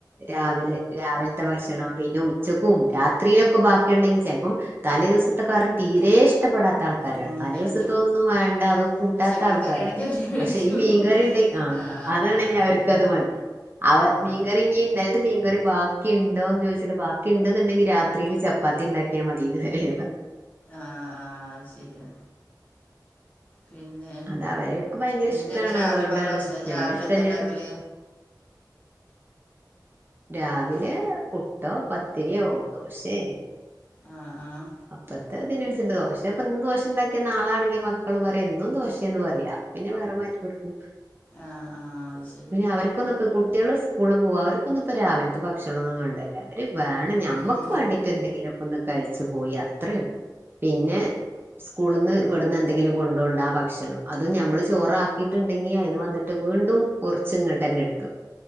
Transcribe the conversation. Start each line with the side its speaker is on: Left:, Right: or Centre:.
Right: രാവിലെ രാവിലത്തെ ഭക്ഷണം പിന്നെ ഉച്ചക്കും രാത്രിയിലൊക്കെ ബാക്കിയുണ്ടെങ്കിൽചെൽപ്പം തലേ ദിവസത്തെ കറി തീരേ ഇഷ്ടപ്പെടാത്താൾ ൾക്കാരാണ്
Left: ഉം,
Right: തലേ ദിവസത്തൊന്നും
Left: എൻ്റെ പ്-
Right: വേണ്ട അതോ കൂട്ടാത്താൾക്കാരാ
Left: പക്ഷേ മീൻ കറി ആണെങ്കിൽ അവർ കഴിക്കും
Right: പക്ഷെ ഈ മീൻകറിയുണ്ടെ ആഹ്
Left: ആ
Right: അത്ണെങ്കി
Left: അതന്നെ
Right: അവർക്കത് മതി അവ മീൻകറിഞ്ഞി
Left: ആ
Right: ഇന്നൽത്തെമീൻകറി ബാക്കിണ്ടോന്ന് ചോദിച്ചിട്ട് ബാക്കിണ്ട്ന്നുണ്ടെങ്കി രാത്രിയില് ചപ്പാത്തിണ്ടാക്കിയാൽ മതീന്ന് വരെ
Left: ആഹ് ആഹ് അത് ശരിയാ പിന്നെ
Right: അത് അവരെയൊക്കെ ഭയങ്കര
Left: ന്നിട്ടെന്താ
Right: ഇഷ്ടമാണ്
Left: രാവിലെ
Right: അതുകൊണ്ടാണ്
Left: ഭക്ഷ രാവിലെന്താണ്ടാക്കല്
Right: നമ്മൾ ഇഷ്ടമല്ലാത്ത രാവിലേ
Left: ര-
Right: പുട്ടോ പത്തിരിയോ ദോശേ
Left: ആഹ് ആഹ്
Right: അപ്പത്തതിനനൻസര്ച്ച് ദോശ ഇപ്പ്ന്ന് ദോശണ്ടാക്കിയ നാളാണെങ്കി മക്കള് പറിം എന്നും ദോശേന്ന് പറയാ പിന്നെ വേറെ മാറ്റിെക്കൊടുക്കും
Left: ആഹ് ആഹ് അത് ശരിയാ
Right: പിന്നെ അവർക്കൊന്നുപ്പ കുട്ടികള് സ്കൂളിൽ പോക അവർക്കൊന്നുംപ്പോ രാവിൽത്തെ ഭക്ഷണൊന്നും വേണ്ടല്ലോ അവര് വേണം
Left: ഉം
Right: ഞമ്മക്ക് വേണ്ടീട്ട് എന്തെങ്കിലൊക്കൊന്ന് കഴിച്ചു പോയി അത്ര പിന്നെ സ്കൂളിന്ന് ഇവിട്ന്നെന്തെങ്കിലും കൊണ്ടോണ്ടാ ഭക്ഷണം അതും ഞമ്മള് ചോറാക്കിയിട്ടുണ്ടെങ്കി അയിന്ന് വന്നി ട്ട് വീണ്ടും കുറിച്ച്ങ്ങട്ടന്നെട്ത്തു